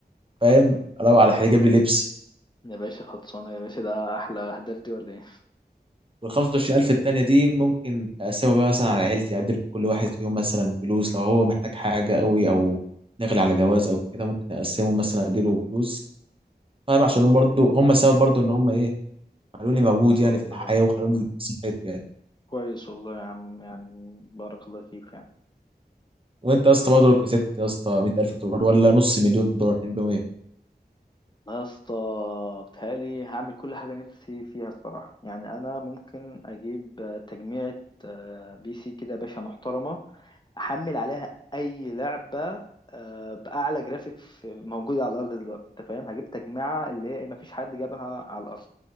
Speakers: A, on the right (about 30°); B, on the left (about 25°).
A: فاهم اروق على حالي اجيب لي لبس
B: يا باشا خلصانة يا باشا ده أحلى أهداف دي ولا إيه؟
A: وال 25000 التانية دي ممكن اقسمها بقى مثلا على عيلتي ادي لكل واحد فيهم مثلا فلوس لو هو محتاج حاجه قوي او داخل على جواز او كده ممكن اقسمه مثلا اديله فلوس فاهم عشان هم برضه هم سبب برضه ان هم ايه خلوني موجود
B: شرف
A: يعني في الحياة
B: الرب
A: وخلوني
B: والله
A: كسبت يعني
B: كويس والله يا عم يعني بارك الله فيك
A: وانت يا اسطى برضه لو كسبت يا اسطى 100000 دولار ولا نص مليون دولار 200
B: لا يا اسطى بتهيألي هعمل كل حاجة نفسي فيها الصراحة يعني أنا ممكن أجيب آه، تجميعة آه، بي سي كده يا باشا محترمة أحمل عليها أي لعبة آه، بأعلى جرافيك في- موجودة على الأرض دلوقتي أنت فاهم هجيب تجميعة اللي هي إيه، مفيش حد جابها على الأرض